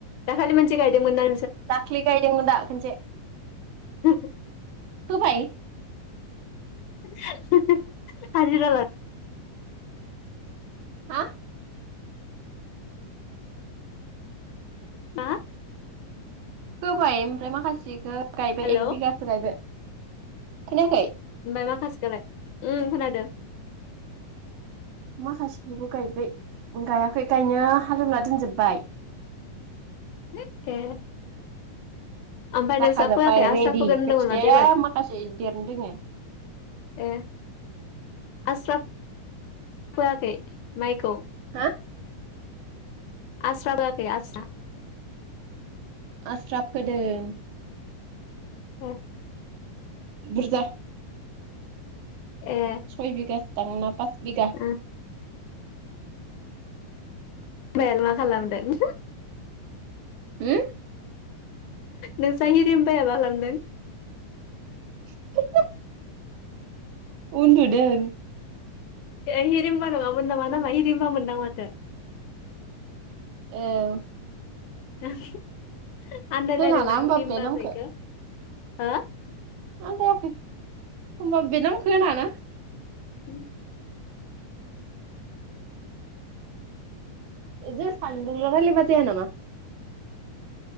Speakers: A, on the left; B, on the right.
A: दा खाालि मोनसे गायदोंमोना
B: दाख्लि गायदोंमोन दा खनसे।
A: <inaudible>
B: फोबाय?
A: <inaudible> हाजिरा ला। <inaudible>
B: हा?
A: हा?
B: होबाय ओमफ्राय माखासेखौ गायबाय
A: हेलौ
B: एक बिगाखौ गायबाय। खोनायाखै।
A: ओमफ्राय माखासेखौलाय उम खोनादों।
B: माखासेखौबो गायबाय गायाखै गायनो हालेवना दोनजोबबाय।
A: <inaudible> ओमफ्राय
B: जाखाजोबबाय
A: नोंस्रा फोआखै आस्रा
B: रेडि
A: फोगोन होनदोंमोन
B: खोथिया
A: माथो एबार
B: माखासे देरनो रोङो।
A: ए आस्रा फोआखै माइखौ?
B: हा?
A: आस्राबाखै आस्रा?
B: आस्राब फोदों।
A: ह
B: बुरजा
A: ए
B: सय बिगा। थांना था बिगा
A: उम हौवायालाय मा खालामदों?
B: हो?
A: नों हिरिमबाया मा खालामदों?
B: <inaudible> उन्दुदों।
A: हिरिमबा नङामोन नामा नामा हिरिमबा मोन दां माथो?
B: एह
A: <unintelligible> आन्दायलायदों
B: होनाना
A: दां
B: होमबा
A: हिरिमबा
B: बे नामखौ
A: होननायखो? हो?
B: आन्दायाखै होमबाबो बे नामखो होनाङा ना।
A: उम
B: जे सानदों नोंल रायलायबा जाया नामा?